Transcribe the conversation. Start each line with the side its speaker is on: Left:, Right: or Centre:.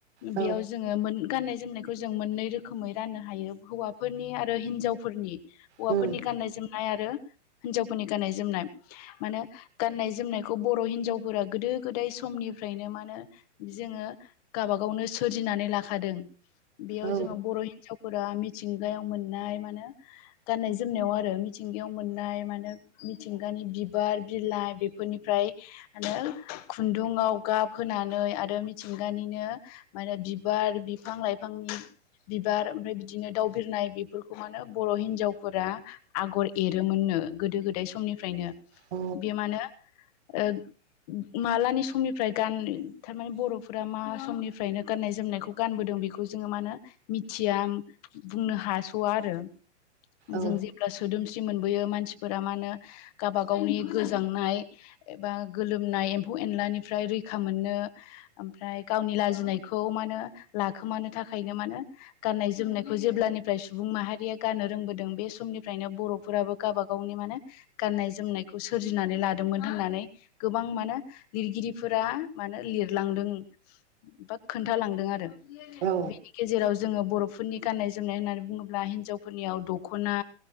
Right: औ
Left: बेयाव जोङो मोन गाननाय जोमनायखौ जों मोननै रोखोमै राननो हायो हौवाफोरनि आरो हिन्जावफोरनि हौवाफोरनि
Right: उम
Left: गाननाय जोम नाय आरो हिनजावफोरनि गाननाय जोमनाय माने गाननाय जोमनायखौ बर हिनजावफोरा गोदो गोदो गोदाय समनिफ्रायनो मा होनो जोङो गाबा गावनो सोरजिनानै लाखादों बेयाव
Right: औ
Left: जोङो बर' हिनजाव फोरा मिथिंगायाव मोननाय मानो गाननाय जोमनायाव आरो मिथिंगायाव मोननाय मानो मिथिंगानि बिबार बिलाइ बेफोरनिफ्रायो मानो खुन्दुंआव गाब होना नै आरो मिथिंगानिनो मानो बिबार बिफां लाइफांनि बिबार ओमफ्राय बिदिनो दाउ बिरनाय बेफोरखौ मानो बर हिनजावफोरा आगर एरोमोन नो गोदो गोदाय समनिफ्रायनो
Right: अ
Left: बे मा होनो ओ मालानि समनिफ्राय गान थारमाने बर फ्रा मा समनिफ्रायनो गाननाय जोमनायखौ गानबोदों बेखौ जोङो मा होनो मिथिया बुंनो हा- सवा आरो
Right: औ
Left: जों जेब्ला सोदोम- स्रि मोनबोयो मानसिफोरा मा होनो गावबा गावनि गोजांनाय एबा गोलोमनाय एम्फौ एनलानिफ्राय रैखा मोननो आमफ्राय गावनि लाजिनायखौ मा होनो लाखोमानो थाखायनो मानो गाननाय जोमनायखौ जेब्ला निफ्राय सुबुं माहारिया गनो रोंबोदों बे समनिफ्रायनो बरफोराबो गावबा गावनि मानो गाननाय जोमनाय नायखौ सोरनानै लादोंमोन होननानै गोबां मानो लिरगिरिफोरा मानो लिर लांदों बा खोन्थालांदों आरो।
Right: औ
Left: बेनि गेजेराव जोङो बर' फोरनि गान्नाय जोमनाय होननानै बुङोब्ला हिन्जावफोरनियाव दखना